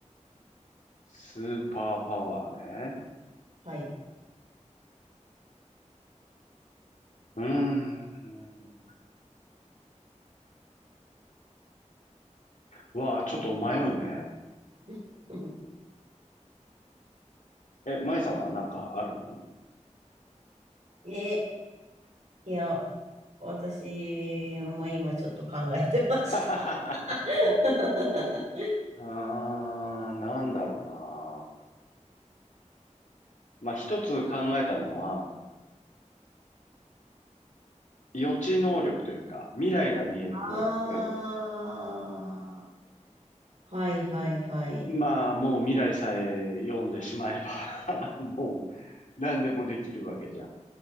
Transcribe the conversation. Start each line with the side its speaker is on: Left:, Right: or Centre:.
Left: スーパーパワーね。
Right: はい。
Left: うーん。わあ、ちょっと迷うね。
Right: <laughs>
Left: え、舞さんはなんかあるの
Right: え、いや、私も今ちょっと考えてました。
Left: <laughs>
Right: <laughs>
Left: あー、なんだろうな。まあ、一つ考えたのは、予知能力というか、未来が見える能力
Right: ああ、はいはいはい。
Left: まあ、もう未来さえ読んでしまえば <laughs> もう何でもできるわけじゃん。